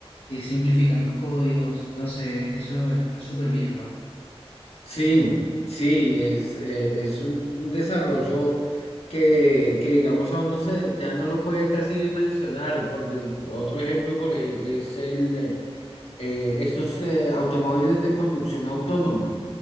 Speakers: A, on the left; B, on the left.
A: eh, simplifican los códigos. Entonces, eso está súper bien, ¿no?
B: Sí, sí, es, eh, es un un desarrollo que, que digamos, aún no sé, ya no lo puede casi dimensionar. Por de- otro ejemplo por, ej- es el, eh, eh, estos eh, automóviles de conducción autónoma.